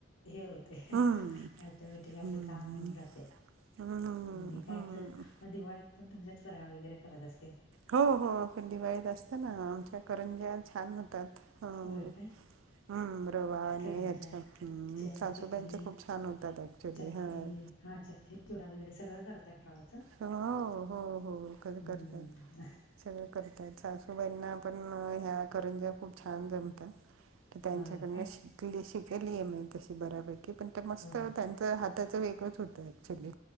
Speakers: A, on the left (about 85°); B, on the right (about 85°).
A: हे होत ते
B: हम्म
A: ऑटोमॅटिक आपलं
B: हम्म
A: काम होऊन जाते
B: हम्म
A: आणि काय
B: हम्म
A: तर मग दिवाळीत पण तुमच्यात फराळ वगैरे करत असतील.
B: हो हो ते दिवाळीत असतना आमच्या करंज्या छान होतात. हां.
A: होय काय
B: हम्म रवा आणि
A: करंजा
B: याच्या
A: चहा
B: सासूबाईंच्या
A: चकली
B: खूप छान होतात. ऍक्च्युली
A: चकली
B: हं
A: हा चकली चिवडा वगैरे सगळ करतात फराळाच.
B: हो हो हो खर
A: हम्म
B: करतात सगळ करतात. सासू वहिनींना पण ह्या करंजा खूप छान जमतात तर त्यांच्याकडन
A: होय काय
B: शिकली. त शिकलीये मी तशी बऱ्यापैकी पण ते मस्त
A: होय
B: त्यांचा हात त्याच वेगळंच होत. ऍक्च्युली